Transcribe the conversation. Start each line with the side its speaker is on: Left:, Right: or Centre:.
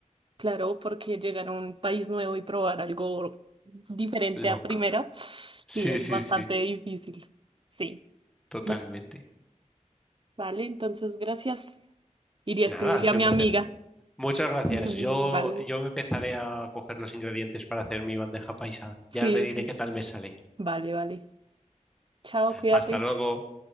Right: claro, porque llegar a un país nuevo y probar algo diferente
Centre: Loca.
Right: a primera, sí,
Centre: Sí,
Right: es
Centre: sí,
Right: bastante
Centre: sí.
Right: difícil. Sí,
Centre: Totalmente.
Right: <laughs> vale, entonces gracias. iría
Centre: Nada,
Right: a escribirle
Centre: ha sido
Right: a mi
Centre: un
Right: amiga.
Centre: placer. Muchas
Right: <laughs>
Centre: gracias.
Right: Vale,
Centre: Yo, yo me empezaré a coger los ingredientes para hacer mi bandeja paisa. Ya
Right: sí,
Centre: te diré
Right: sí.
Centre: qué tal me sale.
Right: vale, vale. Chao, cuídate.
Centre: Hasta luego.